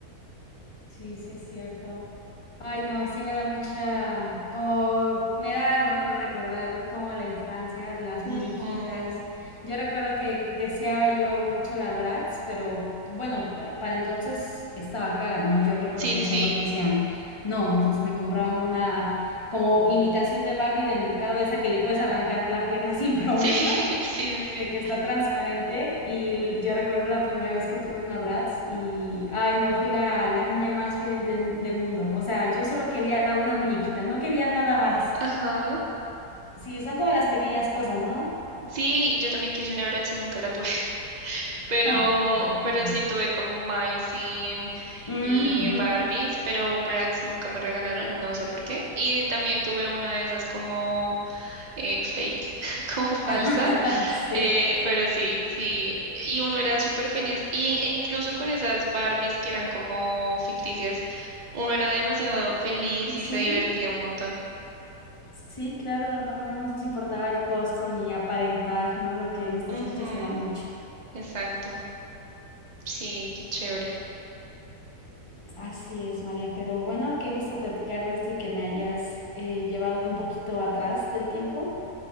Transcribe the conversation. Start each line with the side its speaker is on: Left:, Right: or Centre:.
Left: Sí, sí es cierto. Ay, no, sí me da mucha, como me da algo, ¿no? Recordar como la infancia, las
Right: Ujú.
Left: muñequitas. Yo recuerdo que deseaba yo mucho la Bratz, pero bueno, para entonces estaba cara, ¿no? Yo recuerdo
Right: Sí,
Left: que
Right: sí,
Left: mis
Right: sí.
Left: papás me decían, no, entonces me compraban una como imitación de Barbie del mercado, esa que le puedes arrancar la pierna <laughs> sin problema
Right: <laughs> Sí, sí, sí, sí.
Left: de que está transparente y l- yo recuerdo la primera vez que tuve una Bratz y, ay no, fui la, la niña más feliz de- del mundo. O sea, yo solo quería una muñequita, no quería nada más.
Right: Ajá.
Left: Sí, son como las pequeñas cosas, ¿no?
Right: Sí, yo también quise una Bratz y nunca la tuve, <laughs>
Left: <laughs>
Right: pero, pero sí tuve como Mycin
Left: Mm,
Right: y
Left: ujú.
Right: Barbies, pero Bratz nunca me regalaron, no sé por qué. Y también tuve una de esas como eh, fake, <laughs> como falsas,
Left: <laughs> Sí,
Right: eh, pero sí, sí. Y uno era súper feliz, y, e incluso con esas Barbies que eran como ficticias, uno era demasiado feliz
Left: sí,
Right: y se divertía un montón.
Left: sí, claro, no, no nos importaba el costo ni aparentar, ¿no? Lo que en estas
Right: Ujú,
Left: fechas se da mucho.
Right: exacto, sí, qué chévere.
Left: Así es, María, pero bueno, qué gusto platicar de esto y que me hayas eh, llevado un poquito atrás del tiempo.